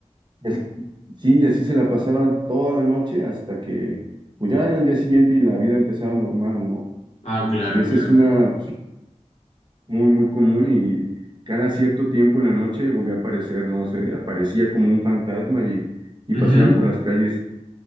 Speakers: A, on the right; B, on the left.
A: Es- sí, y así se la pasaba toda la noche hasta que, pues ya era el día siguiente y la vida empezaba normal, ¿no?
B: Ah, claro,
A: Y esa
B: claro.
A: es una, muy, muy común y cada cierto tiempo en la noche volvía a aparecer, ¿no? Se aparecía como un fantasma y, y
B: Ujú.
A: paseaba por las calles